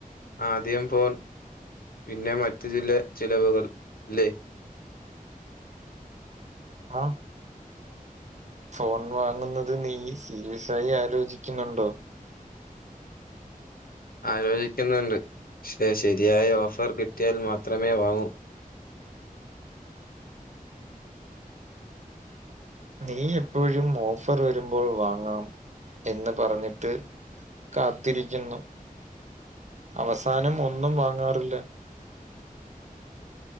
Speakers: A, on the left (about 85°); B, on the right (about 50°).
A: ആദ്യം ഫോൺ പിന്നെ മറ്റ് ചില ചിലവുകൾ അല്ലേ
B: ആഹ് ഫോൺ വാങ്ങുന്നത് നീ സീരിയസായി ആലോചിക്കുന്നുണ്ടോ?
A: ആലോചിക്കുന്നുണ്ട് പക്ഷേ ശരിയായ ഓഫർ കിട്ടിയാൽ മാത്രമേ വാങ്ങൂ.
B: നീ എപ്പോഴും ഓഫർ വരുമ്പോൾ വാങ്ങാം എന്ന് പറഞ്ഞിട്ട്. കാത്തിരിക്കുന്നു അവസാനം ഒന്നും വാങ്ങാറില്ല